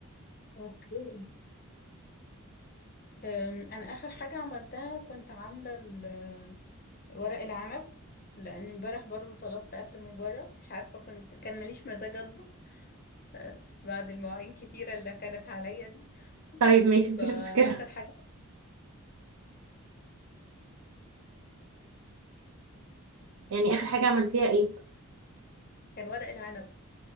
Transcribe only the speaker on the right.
طيب ماشي
مفيش مشكلة
<laughs> يعني اخر حاجة عملتيها ايه